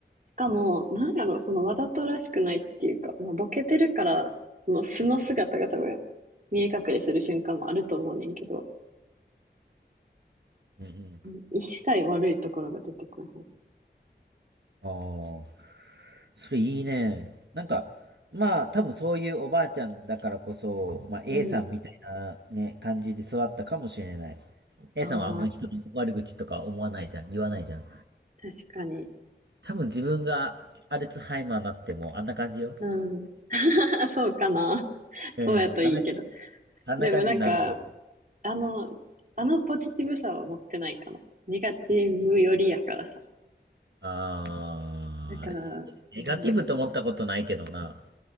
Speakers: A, on the right (about 45°); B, on the right (about 75°).
A: しかも、なんやろ、そのわざとらしくないっていうか、まあ、ボケてるから、その素の姿が多分、見え隠れする瞬間もあると思うねんけど、
B: うんうん。
A: うん一切悪いところが出てこない
B: ああ。それいいね。なんか、まあ、多分そういうおばあちゃんだからこそ、まあ、A
A: うん。
B: さんみたいなね、感じで育ったかもしれない。A
A: ああ、
B: さんはあんまり人の悪口とか思わないじゃん、言わないじゃん。
A: 確かに。
B: 多分自分がアルツハイマーになってもあんな感じよ。
A: うん。<laughs> そうかな。
B: うん、
A: そうやといいけど。
B: あんな、あんな感じになると。
A: でもなんか、あの、あのポジティブさは持ってないかな。ネガティブよりやからさ。
B: あー、
A: だから、なんやろ。
B: ネガティブと思ったことないけどな。